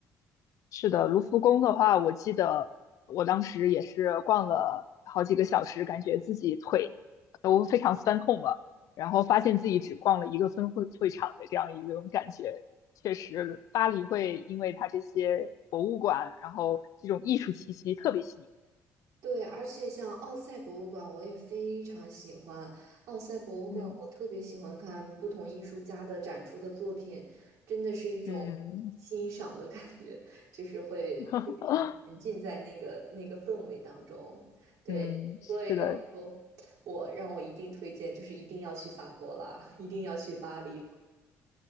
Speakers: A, on the left; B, on the right.
A: 是的。卢浮宫的话，我记得我当时也是逛了好几个小时，感觉自己腿都非常酸痛了，然后发现自己只逛了一个分会会场的这样一种感觉。确实，巴黎会因为它这些博物馆，然后这种艺术气息特别吸引。
B: 对，而且像奥赛博物馆，我也非常喜欢。奥赛博物馆，
A: 嗯
B: 我特别喜欢看不同艺术家的展出的作品，真的是一种
A: 嗯
B: 欣赏的感觉，就是会非常的沉浸在那个那个氛围当中。
A: <laughs>
B: 对，
A: 嗯，
B: 不过要说我让我一定推荐，
A: 是的。
B: 就是一定要去法国啦，一定要去巴黎。